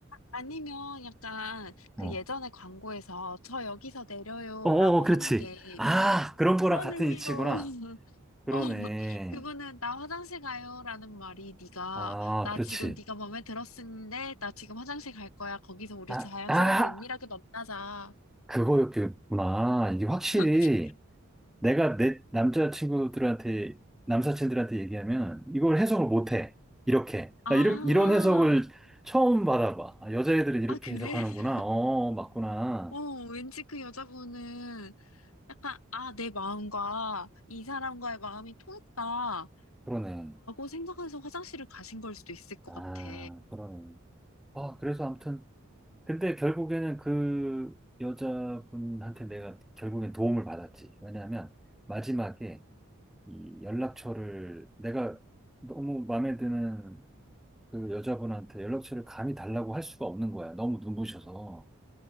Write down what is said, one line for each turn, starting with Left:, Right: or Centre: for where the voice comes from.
Left: 아니면 약간 그
Centre: 어.
Left: 예전에 광고에서 저 여기서 내려요라고
Centre: 어, 어, 그렇지.
Left: 하는 게
Centre: 아, 그런 거랑
Left: 그런
Centre: 같은
Left: 의미로
Centre: 이치구나.
Left: <laughs>
Centre: 그러네.
Left: 어 그분은 나 화장실 가요라는 말이 네가
Centre: 아,
Left: 나
Centre: 그렇지.
Left: 지금 네가 마음에 들었는데 나 지금 화장실 갈 거야 거기서 우리
Centre: 아,
Left: 자연스럽고
Centre: 아,
Left: 은밀하게 만나자
Centre: 그거였구나. 이게 확실히
Left: <laughs>
Centre: 내가 내 남자친구들한테, 남사친들한테 얘기하면 이걸 해석을 못해. 이렇게.
Left: 아,
Centre: 나 이런, 이런 해석을 처음 받아봐. 아, 여자애들은 이렇게
Left: 아, 그래?
Centre: 해석하는구나.
Left: <laughs>
Centre: 어, 맞구나.
Left: 어, 왠지 그 여자분은 약간, 아, 내 마음과 이 사람과의 마음이 통했다라고
Centre: 그러네.
Left: 생각해서 화장실을 가신 걸 수도 있을 것
Centre: 아,
Left: 같아.
Centre: 그러네. 아, 그래서 아무튼. 근데 결국에는 그 여자분한테 내가 결국엔 도움을 받았지. 왜냐하면 마지막에 이 연락처를 내가 너무 마음에 드는 그 여자분한테 연락처를 감히 달라고 할 수가 없는 거야. 너무 눈부셔서.